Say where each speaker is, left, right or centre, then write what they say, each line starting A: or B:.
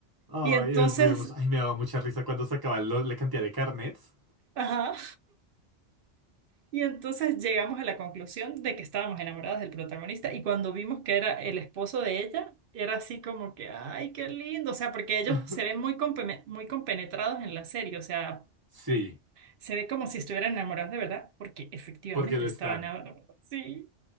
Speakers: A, on the right (about 20°); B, on the right (about 60°).
A: Ay,
B: Y entonces...
A: los vimos. Ay, me daba mucha risa cuando sacaban lo- la cantidad de carnets.
B: Ajá. Y entonces llegamos a la conclusión de que estábamos enamoradas del protagonista y cuando vimos que era el esposo de ella, era así como que, ay, qué lindo, o sea, porque ellos
A: <laughs>
B: se ven muy, compeme- muy compenetrados en la serie, o sea,
A: Sí,
B: se ve como si estuvieran enamorados de verdad, porque efectivamente
A: porque lo
B: estaban
A: están.
B: enamorados, sí.